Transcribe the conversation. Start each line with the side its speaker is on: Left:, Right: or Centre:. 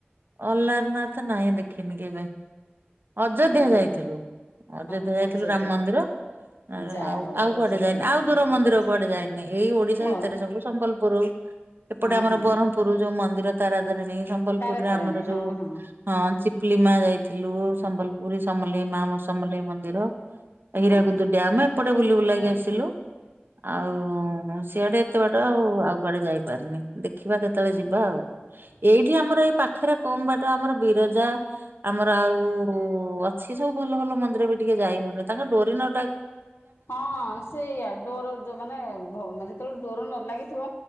Right: ଅଲ୍ଲାରନାଥ ନାହିଁ ଦେଖିନି କେବେ, ଅଯୋଧ୍ୟା
Left: ହଁ
Right: ଯାଇଥିଲୁ। ଅଯୋଧ୍ୟା
Left: ହଉ
Right: ଯାଇଥିଲୁ
Left: ଅଯୋଧ୍ୟା
Right: ରାମ ମନ୍ଦିର। ଆ
Left: ଯା
Right: ଆଉ
Left: ହଉ
Right: ଆଉ କୁଆଡେ
Left: ଅଯୋଧ୍ୟା
Right: ଯାଇନି
Left: ଯାଇକିନା
Right: ଆଉ ଦୂର
Left: ଦେଖେଇକିନା
Right: ମନ୍ଦିର
Left: ଆସିବ।
Right: କୁଆଡେ ଯାଇନି ଏଇ ଓଡିଶା
Left: ହଁ
Right: ଭିତରେ ସବୁ ସମ୍ବଲପୁରୁ ଏପଟେ
Left: ହଁ
Right: ଆମର
Left: ହଁ
Right: ବରହ୍ମପୁରୁ ଯୋଉ ମନ୍ଦିର ତାରାତାରିଣୀ। ସମ୍ବଲପୁରରେ
Left: ତାରା ତାରିଣୀ
Right: ଆମର ଯୋଉ
Left: ହଁ ହଁ
Right: ହଁ ଚିପିଲିମା ଯାଇଥିଲୁ ସମ୍ବଲପୁରୀ ସମଲେଇ ମା ସମଲେଇ ମନ୍ଦିର ହୀରାକୁଦୁ
Left: ହଁ।
Right: ଡ୍ୟାମ ଏପଟେ ବୁଲି ବୁଲାକି
Left: ହୁଁ
Right: ଆସିଲୁ। ଆଉ ସିଆଡେ ଏତେ ବାଟ ଆଉ ଆଉ କୁଆଡେ ଯାଇପାରିନି ଦେଖିବା କେତେବେଳେ ଯିବା ଆଉ।
Left: <unintelligible>
Right: ଏଇଠି ଆମର ଏଇ ପାଖରେ କମ୍ ବାଟ ଆମର ବିରଜା ଆମର ଆଉ ଅଛି ସବୁ ଭଲ ଭଲ। ମନ୍ଦିର ବି ଟିକେ ଯାଇ ହଉନି ତାଙ୍କ ଡୋରି ନ ଡା
Left: ହଁ ସେଇଆ ଡୋର ଯୋଉ ମାନେ ଯେତେବେଳେ ଡୋର ନ ଲାଗିଥିବ।